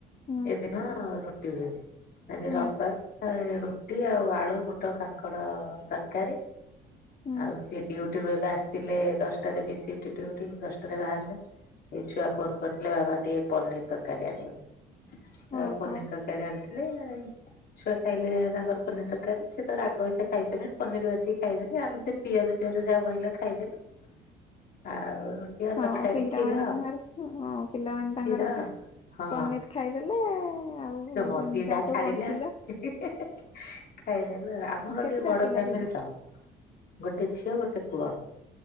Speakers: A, on the left; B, on the left.
A: ହୁଁ
B: ଏ ଦିନ ରୁଟି ହୁଏ। ଆଜି
A: ହୁଁ
B: ରବିବାର <unintelligible> ରୁଟି ଆଉ ଆଳୁ, ବୁଟ, କାଙ୍କଡ ତରକାରୀ।
A: ହୁଁ
B: ଆଉ ସିଏ ଡ୍ୟୁଟି ରୁ ଏବେ ଆସିଲେ, ଦଶଟାରେ ବି ସିପ୍ଟ ଡ୍ୟୁଟି ଦଶଟାରେ ବାହାରିଲେ। ଏ ଛୁଆ ଫୋନ କରିଥିଲେ ବାବା ଟିକେ ପନିର ତରକାରୀ ଆଣିବ। ଆ
A: ଓହୋ
B: ପନିର ତରକାରୀ ଆଣିଥିଲେ। ଛୁଆ ଖାଇଲେ ତାଙ୍କର ପନିର ତରକାରୀ, ସେ ତ ରାଗ ଏତେ ଖାଇ ପାରିବେନି ପନିର ବାଛିକି ଖାଇ ଦେଲେ। ଆମେ ସେ ପିଆଜ ପିଆଜ ଯାହା ବଳିଲା ଖାଇଦେଲୁ। ଆଉ ରୁଟି ଆଉ
A: ହଁ
B: ତରକାରୀ
A: ପିଲାମାନେ
B: କ୍ଷୀର
A: ତାଙ୍କର ହଁ ପିଲାମାନେ
B: କ୍ଷୀର
A: ତାଙ୍କର
B: ହଁ
A: ପନିର ଖାଇଦେଲେ। ଆଉ
B: ହଁ ସିଏ ଯାହା
A: ସବୁ
B: ଛାଡ଼ିଲେ
A: ବଞ୍ଚିଲା
B: ଆ ଖାଇ ଦେଲୁ। ଆମର
A: କେତେଟା
B: ଟିକେ ବଡ଼
A: ପିଲା
B: ଫ୍ୟାମିଲି
A: ପିଲି
B: ତ। ଗୋଟେ ଝିଅ ଗୋଟେ ପୁଅ।